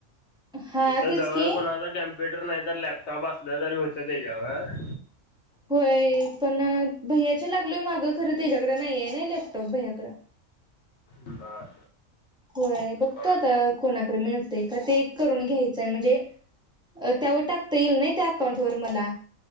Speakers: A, in the centre; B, on the left.
A: हा
B: इथं
A: तेच
B: जवळ
A: की
B: कोणाचा कॅम्प प्युटर नाही तर लॅपटॉप असलं तरी होतं त्याच्यावर
A: होय पण भैयाच्या लागलोय मागं खरं त्याच्याकडें नाहीये ना लॅपटॉप भैय्याकडं
B: बर
A: होय बघतो
B: बर
A: आता कोणाकडे मिळतय का ते एक करून घ्यायचंय म्हणजे त्यावर टाकता येईल ना त्या अकाउंट वर मला